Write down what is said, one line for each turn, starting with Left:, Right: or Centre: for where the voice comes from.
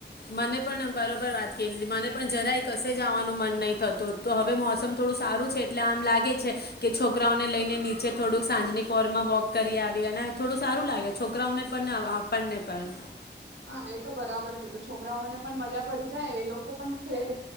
Left: મને પણ, બરોબર વાત કરી તી. મને પણ જરાય કશે જવાનું મન નહી થતું તું. તો હવે મોસમ થોડું સારું છે એટલે આમ લાગે છે કે છોકરાઓને લઈને નીચે થોડુંક સાંજની પોરમાં વોક કરી આવી, અને થોડું સારું લાગે છોકરાઓને પણ ને આપણને પણ.
Right: હા એ તો બરાબર કીધું છોકરાઓને પણ મજા પડી જાય, એ લોકો પણ ખેલ